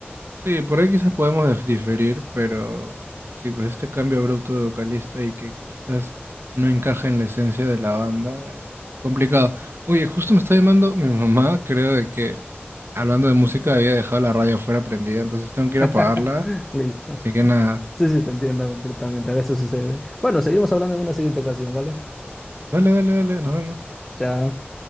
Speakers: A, on the right; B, in the centre.
A: Sí, por ahí quizás podemos dif- diferir, pero sí, pues este cambio abrupto de vocalista y que quizás no encaja en la esencia de la banda, eh, complicado. Oye, justo me está llamando mi mamá, creo de que hablando de música había dejado la radio afuera prendida, entonces tengo que ir
B: <laughs>
A: a apagarla,
B: Listo.
A: así que nada,
B: Sí, sí, te entiendo completamente. A veces sucede. Bueno, seguimos hablando en una siguiente ocasión, ¿vale?
A: dale, dale, dale, nos vemos.
B: Chao.